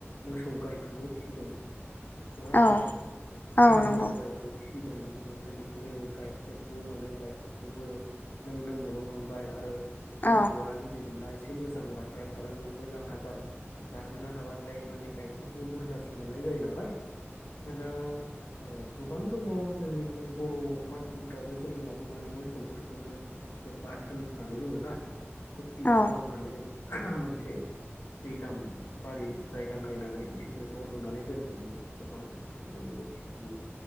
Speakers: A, on the left; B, on the left.
A: मोसौ गायखौबो फिसिदों नङा
B: औ
A: होमबा
B: औ नंगौ
A: मोसौ गायखौ फ फिसिदों बिनिफ्राय बिसोरो गाइखेरखौबो मोनो गाइखेरखौबो नों लोंनोबो मोनबाय आरो मोसौआ
B: औ
A: गुदि जोंना एसे मोजांबाथाय आरो नोङो मोजां आदार जाहोनो हाबाथाय माने गाइखेरखौबो बुरजासिन मोननाय जायो नालाय दा औ गोबां दङ जोंनि बर' मानसिफ्राबो जोंनियावबो माने मोसौफोरखौनो बे बाथोन होननानै बुङो ना फुरथि
B: औ
A: खालामनानै मोनसे दैलाम बारि जायगा नायनानै बिसोरो न' लुनानै दोनहैयो गोबां बेबायदिनो फियो